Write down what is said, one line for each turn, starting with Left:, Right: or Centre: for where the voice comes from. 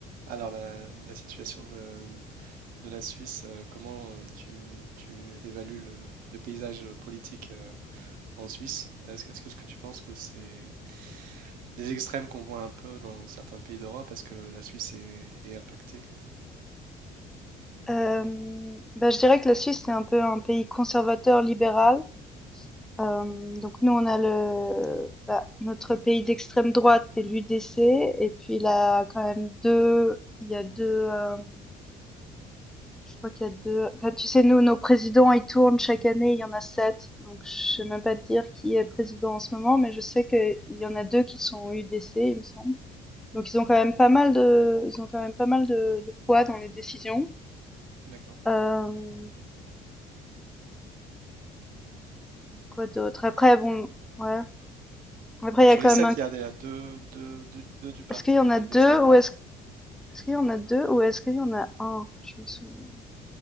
Right: Alors, la, la situation de, de la Suisse, euh, comment euh, tu, tu évalues le, le paysage euh, politique euh, en Suisse? Est-ce, que- est-ce que, est-ce que tu penses que c'est les extrêmes qu'on voit un peu dans certains pays d'Europe, est-ce que la Suisse est, est impactée?
Centre: Hem, bah, je dirais que la Suisse, c'est un peu un pays conservateur libéral. Hem, donc nous, on a le bah, notre pays d'extrême droite, c'est l'UDC et puis il a quand même deux, il y a 2, hem, je crois qu'il y a deux. enfin, tu sais, nous, nos présidents, ils tournent chaque année, il y en a 7. donc je sais même pas te dire qui est président en ce moment, mais je sais qu'il y en a 2 qui sont UDC, il me semble. Donc ils ont quand même pas mal de ils ont quand même pas mal de de poids dans les décisions.
Right: D'accord.
Centre: Hem Quoi d'autre? Après bon, ouais. Après
Right: Donc,
Centre: il y
Right: sur
Centre: a quand
Right: les sept,
Centre: même un
Right: il y a des- deux, deux, deux- deux du parti
Centre: est-ce qu'il y en a 2
Right: d'extrême droite?
Centre: ou est-ce est-ce qu'il y en a 2 ou est-ce qu'il y en a un Je me souviens.